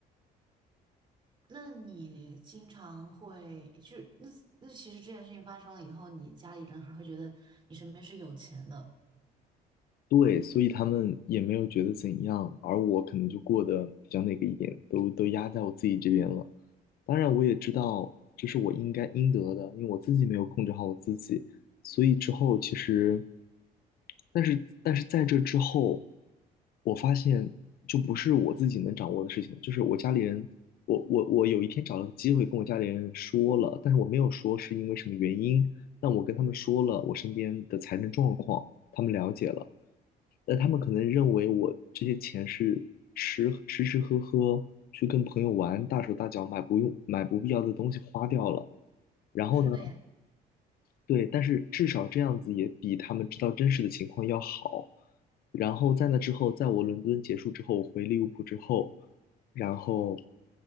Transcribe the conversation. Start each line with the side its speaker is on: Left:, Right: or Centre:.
Right: 那你经常会就那那其实这件事情发生了以后，你家里人还会觉得你身边是有钱的。
Left: 对，所以他们也没有觉得怎样，而我可能就过得比较那个一点，都都压在我自己这边了。当然，我也知道这是我应该应得的，因为我自己没有控制好我自己，所以之后其实，但是但是在这之后，我发现就不是我自己能掌握的事情了，就是我家里人，我我我有一天找了个机会跟我家里人说了，但是我没有说是因为什么原因，但我跟他们说了我身边的财政状况，他们了解了。那他们可能认为我这些钱是吃吃吃喝喝，去跟朋友玩，大手大脚买不用买不必要的东西花掉了。然后呢，
Right: 是的呀，
Left: 对，但是至少这样子也比他们知道真实的情况要好。然后在那之后，在我伦敦结束之后，我回利物浦之后，然后